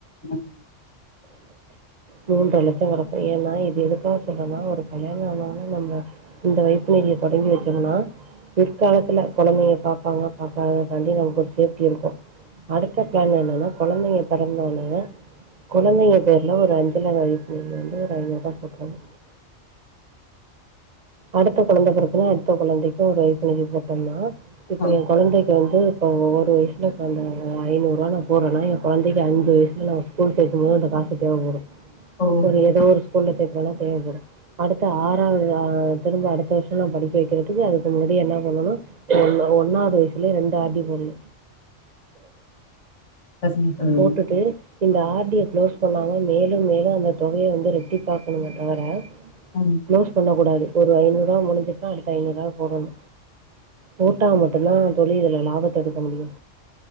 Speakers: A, on the left; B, on the right.
A: ம்
B: மூன்றரை லட்சோ கடைக்கு ஏன்னா இது எதுக்காக சொல்றேனா ஒரு கல்யாணோ ஆனாலு நம்ம இந்த வைப்பு நிதிய தொடங்கி வெச்சம்னா பிற்காலத்துல கொழந்தைங்க பாப்பாங்க பாக்காத தாண்டி நமக்கு ஒரு சேஃப்டி இருக்கு அடுத்த பிளான் என்னன்னா கொழந்தைங்க பெறந்த ஒட்னே கொழந்தைங்க பேர்ல ஒரு அஞ்சலக வைப்பு நிதியில வந்து ஒரு ஐநூறு ரூபா போட்றுனு அடுத்த கொழந்த பொறக்கல அடுத்த கொழந்தைக்கு ஒரு வைப்பு நிதி போட்டோம்னா இப்போ
A: ஓ
B: எயா கொழந்தைக்கு வந்து இப்போ ஒரு வயசுல அந்த ஐநூறுவா நா போட்றன்னா என் கொழந்தைக்கு அஞ்சு வயசுல நா ஸ்கூல் சேக்கும்போது அந்த காசு தேவைப்படு
A: ஓஹோ
B: ஒரு ஏதோ ஒரு ஸ்கூல்ல சேக்றோன்னா தேவப்படு அடுத்த ஆறாவது அ திரும்ப அடுத்த வருஷோ நா படிக்க வெக்கிறதுக்கு அதுக்கு முன்னாடி என்ன பண்ணனு ஒ ஒன்னாவது வயசுலயே ரெண்டு ஆர் டி போட்னு
A: சரிங்க தோழி
B: போட்டுட்டு இந்த ஆர் டி ய க்ளோஸ் பண்ணாம மேலும் மேலு அந்த தொகையைவந்து ரெட்டி பாக்கணுமே தவர
A: ம்
B: க்ளோஸ் பண்ண கூடாது ஒரு ஐநூறு ரூபா முடிஞ்சிட்டா அடுத்த ஐநூறு ரூபா போடணு போட்டா மட்டுதா தோழி இதுல லாபத்த எடுக்க முடியு